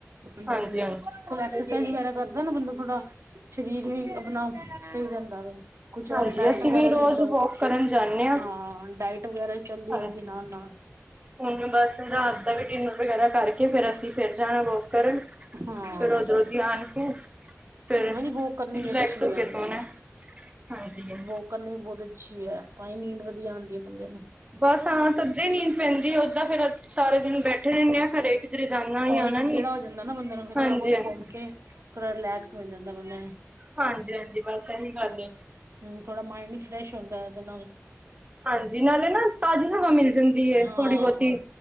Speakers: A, on the right (about 65°); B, on the right (about 25°).
A: ਬੰਦੇ
B: ਹਾਂਜੀ
A: ਦੀ
B: ਹਾਂਜੀ
A: ਕੋਈ ਐਕਸਰਸਾਈਜ਼ ਵਗੈਰਾ ਕਰ ਲ <unintelligible> ਨਾ ਬੰਦਾ ਥੋੜਾ ਸਰੀਰ ਵੀ ਆਪਣਾ ਸਹੀ ਰਹਿੰਦਾ ਵੇ ਕੁੱਛ ਔਰ
B: ਹਾਂਜੀ
A: ਡਾਇਟ
B: ਅਸੀਂ
A: ਵਗੈਰਾ
B: ਵੀ ਰੋਜ਼
A: ਲ ਲਓ
B: ਵੋਕ ਕਰਨ ਜਾਂਦੇ
A: ਹਾਂ ਡਾਇਟ ਵਗੈਰਾ <unintelligible>
B: ਹਾਂਜੀ
A: ਰਹਿੰਦੇ ਨਾਲ ਨਾਲ
B: ਹੁਣ ਬਸ ਰਾਤ ਦਾ ਵੀ ਡਿਨਰ ਵਗੈਰਾ ਕਰਕੇ ਫੇਰ ਅਸੀਂ ਫੇਰ ਜਾਣਾ ਵੋਕ ਕਰਨ
A: ਹਾਂ
B: ਫਿਰ ਉਧਰੋਂ ਦੀ ਆਣ ਕੇ ਫਿਰ
A: ਨਹੀਂ ਵੋਕ ਕਰਨੀ
B: ਰਿਲੈਕਸ
A: ਵੀ ਅੱਛੀ
B: ਹੋ
A: ਹੈ
B: ਕੇ
A: ਬੰਦੇ
B: ਸੋਣਾ
A: ਨੂੰ
B: ਹਾਂਜੀ ਹਾਂ
A: ਵੋਕ ਕਰਨੀ ਵੀ ਬਹੁਤ ਅੱਛੀ ਹੈ ਤਾਂ ਹੀ ਨੀਂਦ ਵਧੀਆ ਆਉਂਦੀ ਹੈ ਬੰਦੇ ਨੂੰ
B: ਬਸ ਹਾਂ ਤੱਧੇ ਹੀ ਨੀਂਦ ਪੈਂਦੀ ਓਦਾਂ ਫੇਰ ਸਾਰੇ ਦਿਨ ਬੈਠੇ ਰਹਿੰਦੇ ਦੇ ਆਂ ਘਰੇ ਕਿਧਰੇ ਜਾਣਾ ਨੀ
A: ਉਹੀ
B: ਆਣਾ
A: <unintelligible>
B: ਨੀ
A: ਹੋ ਜਾਂਦੈ ਨਾ ਬੰਦੇ ਨੂੰ ਫਿਰ ਥੋੜਾ
B: ਹਾਂਜੀ
A: ਬਹੁਤ
B: ਹਾਂਜੀ
A: ਘੁੰਮ ਕੇ ਥੋੜ੍ਹਾ ਰਿਲੈਕਸ ਮਿਲ ਜਾਂਦਾ ਬੰਦੇ ਨੂੰ
B: ਹਾਂਜੀ ਹਾਂਜੀ ਬਸ ਇਹੀ ਗੱਲ ਏ
A: ਹਮ ਥੋੜ੍ਹਾ ਮਾਇੰਡ ਵੀ ਫਰੈਸ਼ ਹੋਂਦਾ ਹੈ ਉਹਦੇ ਨਾਲ
B: ਹਾਂਜੀ ਨਾਲੇ ਨਾ ਤਾਜ਼ੀ ਹਵਾ ਮਿਲ ਜਾਂਦੀ ਏ
A: ਹਾਂ।
B: ਥੋੜੀ ਬਹੁਤੀ